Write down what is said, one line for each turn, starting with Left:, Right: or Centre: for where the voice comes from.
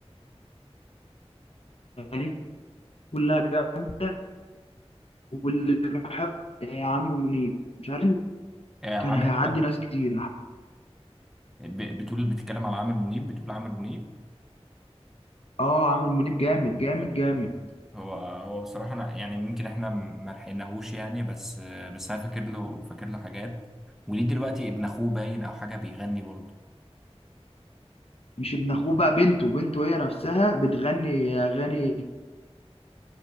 Left: واغانيه كلها جامده واللي بحب آه، عمرو منيب مش عارف
Centre: آه عامر
Left: كان هيعدي ناس كتير
Centre: ب- بتقول بتتكلم على عامر منيب بتقول عامر منيب
Left: اه عامر منيب جامد جامد جامد
Centre: هو هو بصراحة أنا يعني يمكن إحنا ما لحقناهوش يعني بس آه بس أنا فاكر له فاكر له حاجات وليه دلوقتي ابن أخوه باين أو حاجة بيغني برضه
Left: مش ابن اخوه بقى بنته بنته هي نفسها بتغني اغاني